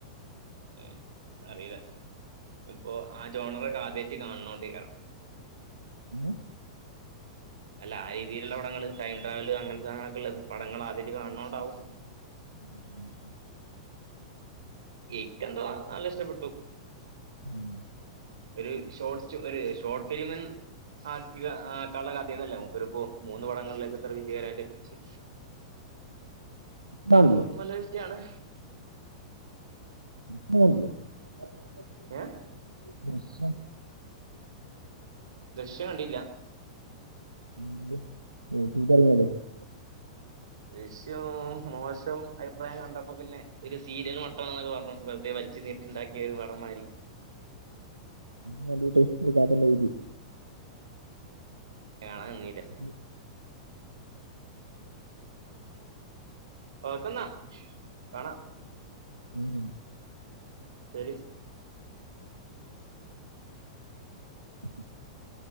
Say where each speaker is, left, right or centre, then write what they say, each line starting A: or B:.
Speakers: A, on the right (about 65°); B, on the right (about 85°).
A: ഉം അറീല്ല ഇപ്പൊ ആ ജോണറൊക്കെ ആദ്യായീറ്റ് കാണണോണ്ടെയ്കാരം.
B: <inaudible>
A: അല്ല ആ രീതിയിലുള്ള പടങ്ങള് ടൈം ട്രാവല് അങ്ങനത്തെ സാനൊക്കെ ഉള്ള പടങ്ങൾ ആദ്യായിട്ട് കാണ് ണോണ്ടാവും
B: <inaudible>
A: ഇക്കെന്തോ നല്ലഷ്ടപ്പെട്ടു.
B: ഉം
A: ഒരു ഷോർട്ട്സ് ഒരു ഷോർട്ട് ഫിലിമ് ആക്കിക ആക്കള്ളകഥന്നല്ല മൂപ്പരിപ്പോ മൂന്ന് പടങ്ങളിലേക്ക്ത്ര വിജയകരായിട്ട് എത്തിച്ച്
B: കണ്ടില്ലേ
A: അലോട്ട്മെൻ്റ് വൈറ്റെയാണ്.
B: <unintelligible>
A: ഏഹ് ദൃശ്യം കണ്ടില്ല.
B: <unintelligible>
A: ദൃശ്യം മോശം അയ്പ്രായം കണ്ടപ്പോ പിന്നെ ഒര് സീര്യല് മട്ടാണന്നൊക്കെ പർഞ്ഞു വെറ്തെ വൽച്ച് നീട്ടിണ്ടാക്യയ ഒരു വടന്മാരി.
B: കണ്ടിട്ട് ഒരു
A: കാണാൻ നിന്നില്ല
B: <unintelligible>
A: ഓക്കെന്നാ കാണാം.
B: ഉം ഉം.
A: ശെരി.
B: <inaudible>